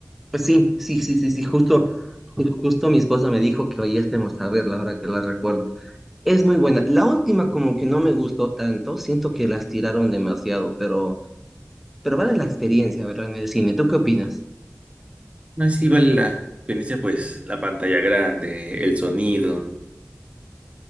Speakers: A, in the centre; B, on the right.
A: Pues sí, sí, sí, sí, sí, justo, ju- justo mi esposa me dijo que hoy estemos a verla ahora que la recuerdo. Es muy buena. La última como que no me gustó tanto, siento que las tiraron demasiado, pero, pero vale la experiencia, ¿verdad? En el cine. ¿Tú qué opinas?
B: No sí vale la experiencia, pues la pantalla grande, el sonido,